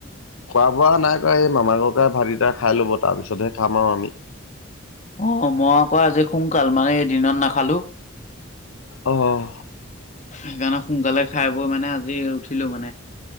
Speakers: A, on the left (about 80°); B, on the left (about 35°).
A: খোৱা বোৱা নাই কৰা, এই মামা ককাই ভাতকেইটা খাই ল'ব, তাৰ পিছতহে খাম আৰু আমি
B: অ', মই আকৌ আজি সোনকাল, মানে এই দিনত নাখালো।
A: অহ
B: সেইকাৰণে সোনকালে খাই বৈ মানে আজি উঠিলো মানে।